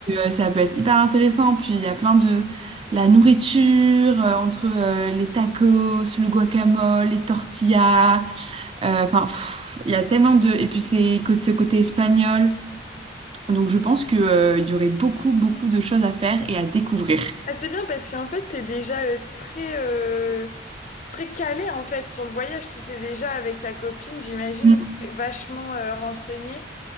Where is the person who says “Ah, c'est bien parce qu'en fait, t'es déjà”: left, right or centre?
Left